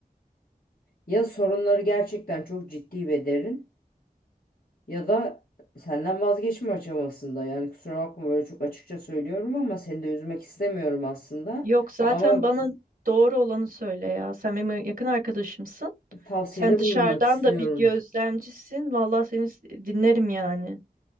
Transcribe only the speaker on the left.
Ya sorunları gerçekten çok ciddi ve derin Ya da senden vazgeçme aşamasında. Yani kusura bakma böyle çok açıkça söylüyorum ama seni de üzmek istemiyorum aslında.
Ama
tavsiyede
bulunmak istiyorum.